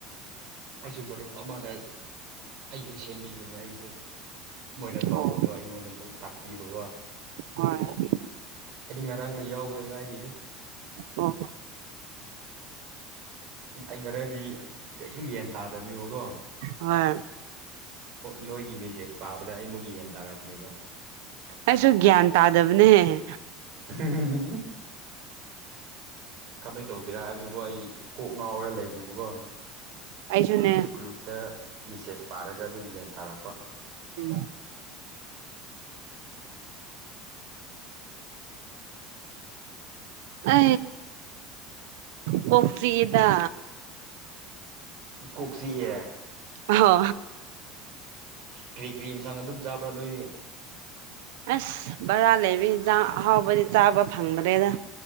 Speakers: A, on the right; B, on the right.
A: ꯑꯆꯨꯝ ꯃꯔꯨꯞ ꯑꯃꯅ ꯑꯩꯁꯨ ꯁꯦꯝꯕꯤꯕꯅꯦ ꯑꯩꯁꯨ ꯃꯣꯏꯅ ꯇꯧꯕꯗꯣ
B: ꯑꯣ
A: ꯑꯩꯉꯣꯟꯗ ꯑꯃꯨꯛ ꯇꯥꯛꯄꯤꯕꯒ
B: ꯍꯣꯏ
A: ꯑꯩꯗꯤ ꯉꯔꯥꯡꯅ ꯌꯥꯎꯕꯗ ꯉꯥꯏꯔꯤꯗ
B: ꯑꯣ
A: ꯑꯩ ꯉꯔꯦꯟꯗꯤ ꯀꯩꯁꯨ ꯌꯦꯟ ꯇꯥꯗꯕꯅꯦꯕꯀꯣ
B: ꯑ
A: ꯅꯣꯏꯒꯤ ꯃꯦꯁꯦꯁ ꯄꯥꯕꯗ ꯑꯩ ꯃꯨꯛ ꯌꯦꯟ ꯇꯥꯔꯛꯄꯅꯦꯕ
B: ꯑꯩꯁꯨ ꯒ꯭ꯌꯥꯟ ꯇꯥꯗꯕꯅꯦꯍꯦ
A: ꯎꯝ ꯀꯃꯥꯏ ꯇꯧꯒꯦꯔꯥ ꯍꯥꯏꯕꯗꯨꯒꯣ ꯑꯩ ꯀꯣꯛ ꯉꯥꯎꯔꯒ ꯂꯩꯕꯅꯦꯕꯀꯣ
B: ꯑꯩꯁꯨꯨꯅꯦ
A: ꯑꯗꯨ ꯒ꯭ꯔꯨꯞꯇ ꯃꯦꯁꯦꯁ ꯄꯥꯔꯒ ꯑꯗꯨꯝ ꯌꯦꯟ ꯇꯥꯔꯛꯄ
B: ꯎꯝ ꯑ ꯄꯣꯈꯔꯤꯗ
A: ꯀꯣꯛꯁꯤ ꯑꯦ
B: ꯍ
A: ꯀꯔꯤ ꯀꯔꯤ ꯌꯦꯟꯁꯥꯡ ꯑꯗꯨꯝ ꯆꯥꯕ꯭ꯔꯣ ꯅꯣꯏꯗꯤ
B: ꯑꯁ ꯕꯖꯥꯔ ꯂꯩꯕꯤꯖꯥꯛ ꯑꯍꯥꯎꯕꯗꯤ ꯆꯥꯕ ꯐꯪꯗ꯭ꯔꯦꯗ